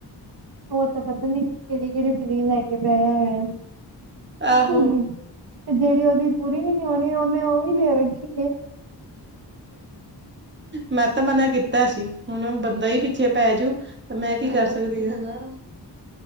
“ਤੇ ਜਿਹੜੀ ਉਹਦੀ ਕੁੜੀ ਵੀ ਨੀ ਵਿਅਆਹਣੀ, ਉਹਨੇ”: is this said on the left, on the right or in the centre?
Right